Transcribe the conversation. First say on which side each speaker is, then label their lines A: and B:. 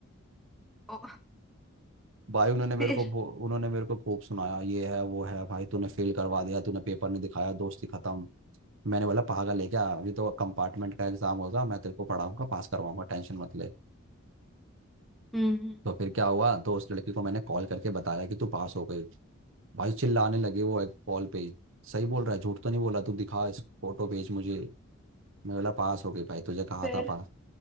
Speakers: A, in the centre; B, on the right.
A: ओ
B: भाई उन्होंने मेरे
A: फिर
B: को बो- उन्होंने मेरे को खूब सुनाया ये है वो है भाई तूने फेल करवा दिया तूने पेपर नहीं दिखाया दोस्ती खत्म मैंने बोला पागल है क्या अभी तो कंपार्टमेंट का एग्जाम होगा मैं तेरे को पढ़ाऊंगा पास करवाऊंगा टेंशन मत ले
A: हम्म
B: तो फिर क्या हुआ तो उस लड़की को मैंने कॉल करके बताया कि तू पास हो गई भाई चिल्लाने लगे वो एक कॉल पे ही सही बोल रहा है झूठ तो नहीं बोला तू दिखा इस फोटो भेज मुझे मैं बोला पास हो गई भाई तुझे कहा
A: फिर
B: था पास